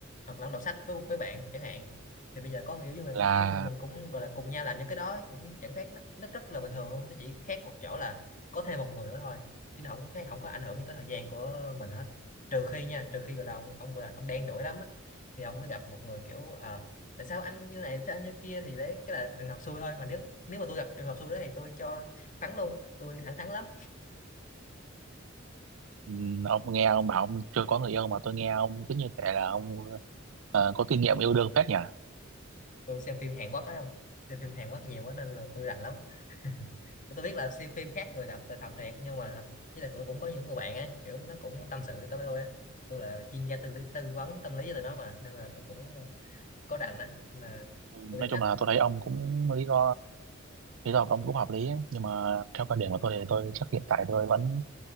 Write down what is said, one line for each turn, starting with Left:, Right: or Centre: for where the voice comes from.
Left: hoặc là ông đọc sách với với bạn chẳng hạn thì bây giờ có người yêu nhưng mà
Right: là
Left: giống như mình cũng gọi là cùng nhau làm những cái đó cũng chẳng khác nó, nó rất là bình thường luôn nó chỉ khác một chỗ là có thêm một người nữa thôi chứ nó không khác không có ảnh hưởng gì tới thời gian của mình hết trừ khi nha trừ khi gọi là ông ông gọi là ông đen đủi lắm á thì ông mới gặp một người kiểu à, tại sao anh như này tại sao anh như kia thì đấy cái là trường hợp xui thôi mà nếu nếu mà tôi gặp trường hợp xui đó thì tôi cho thắng luôn tôi thẳng thắn lắm
Right: Ừ, ông nghe ông bảo ông chưa có người yêu mà tôi nghe ông cứ như thể là ông ờ, có kinh nghiệm yêu đương phết nhỉ
Left: tôi xem phim Hàn Quốc ấy không xem phim Hàn Quốc nhiều quá nên là tôi rành lắm <laughs> tôi biết là xem phim khác người đọc là thật thiệt nhưng mà với lại cũng cũng có những người bạn á kiểu nó cũng tâm sự với tôi tôi á tôi là chuyên gia tư lý tư vấn tâm lý cho tụi nó mà nên là tôi cũng có rành á nên là
Right: Ừ,
Left: tôi
Right: nói
Left: biết hết
Right: chung là tôi thấy ông cũng lý do lý do của ông cũng hợp lý ấy. nhưng mà theo quan điểm của tôi thì tôi chắc hiện tại tôi vẫn